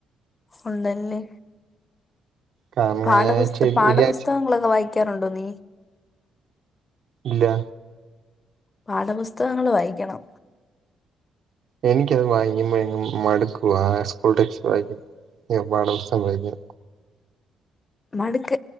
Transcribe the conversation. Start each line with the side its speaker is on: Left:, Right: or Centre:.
Left: ഉണ്ടല്ലേ
Right: കാരണം
Left: പാഠപുസ്ത
Right: ഈ ആഴ്ചയിൽ
Left: പാഠപുസ്തകങ്ങളൊക്കെ
Right: ഈ ആഴ്ച
Left: വായിക് ക്കാറുണ്ടോ നീ
Right: ഇല്ല
Left: പാഠപുസ്തകങ്ങൾ വായിക്കണം
Right: എനിക്കത് വായിക്കുമ്പഴേക്കും മടുക്കുവാ സ്കൂൾ ടെക്സ്റ്റ്‌ വായിക്കുമ്പ പാഠപുസ്‌തകം വായിക്ക
Left: മടുക്ക